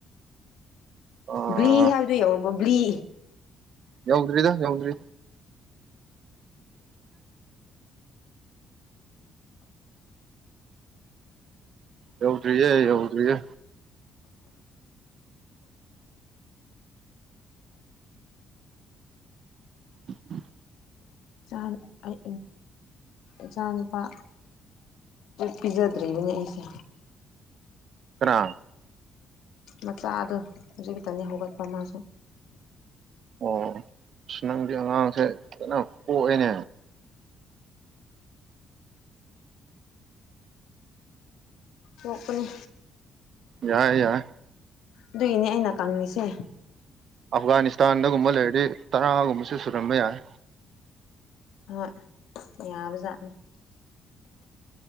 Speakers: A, on the right; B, on the left.
A: ꯑꯥ
B: ꯕ꯭ꯂꯤ ꯍꯥꯏꯕꯗꯨꯣ ꯌꯧꯔꯕꯣ ꯕ꯭ꯂꯤ
A: ꯌꯎꯗꯔꯤꯗ ꯌꯎꯗ꯭ꯔꯤ ꯌꯎꯗ꯭ꯔꯤꯌꯦ ꯌꯎꯗ꯭ꯔꯤꯌꯦ ꯎꯝ ꯎꯝ
B: ꯆꯥ ꯑꯩ ꯏꯆꯥ ꯅꯨꯄꯥ ꯄꯤꯖꯗ꯭ꯔꯤꯕꯅꯤ ꯑꯩꯁꯦ
A: ꯀꯥꯡ
B: ꯃꯆꯥꯗꯣ ꯍꯧꯖꯤꯛꯛꯇꯅꯤ ꯍꯧꯒꯠꯄ ꯃꯥꯁꯨ
A: ꯑꯣ ꯁ ꯅꯪꯗꯤ ꯑꯉꯥꯡꯁꯦ ꯀꯅ ꯄꯣꯛꯏꯅꯦ
B: ꯑꯣꯛꯄꯅꯤ
A: ꯌꯥꯏ ꯌꯥꯏ
B: ꯑꯗꯨꯏꯅꯦ ꯑꯩꯅ ꯀꯪꯉꯁꯦ
A: ꯑꯐꯒꯥꯅꯤꯁꯇꯥꯟꯗꯒꯨꯝꯕ ꯂꯩꯔꯗꯤ ꯇꯔꯥꯒꯨꯝꯕꯁꯨ ꯁꯨꯔꯝꯕ ꯌꯥꯏ
B: ꯍꯣꯏ ꯌꯥꯕꯖꯥꯠꯅꯤ